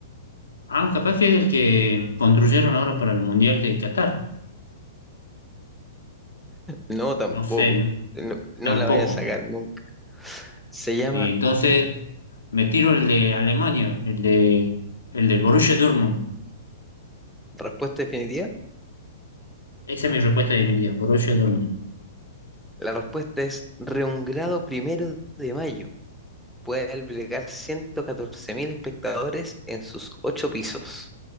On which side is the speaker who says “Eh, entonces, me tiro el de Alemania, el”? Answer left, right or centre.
Left